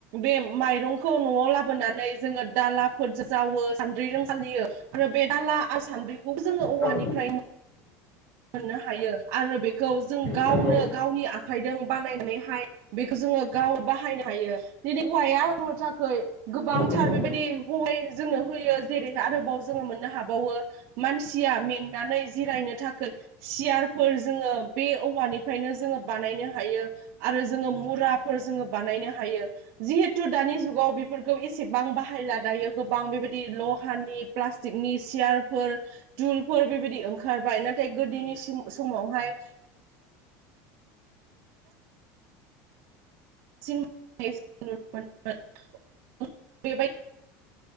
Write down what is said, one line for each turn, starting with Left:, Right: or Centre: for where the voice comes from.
Right: बे माइरं खौ न'आव लाबोनानै जोङो दालाफोर जावो सान्द्रिजों सालियो आरो बे दाला आरो सानद्रि खौबो जोङो औवानिफ्राय
Left: औ
Right: मोननो हायो आरो बेखौ जों गावनो
Left: नंगौ
Right: गावनि आखाइजों बानायनानैहाय बेखौ जोङो गाव बाहायनो हायो दि औवाया आंनो थाखाय गोबांथार
Left: नंगौ
Right: बेबायदि हहाय जोंनो होयो जेरैहाय आरोबाव जोङो मोननो हाबावो मानसिया मेंनानै जिरायनो थाखाय खोय सियारफोर जोङो बे औवानिफ्रायनो जोङो बानायनो हायो आरो जोङो मुराफोर जोङो बानायनो हायो जिहेथु दानि जुगाव बेफोरखौ एसेबां बाहायला दायो गोबां बेबायदि लहानि प्लास्टिकनि सियारफोर थुलफोर बेबायदि ओंखारबाय नाथाय गोदोनि समावहाय सिम <unintelligible> <unintelligible> बेबाय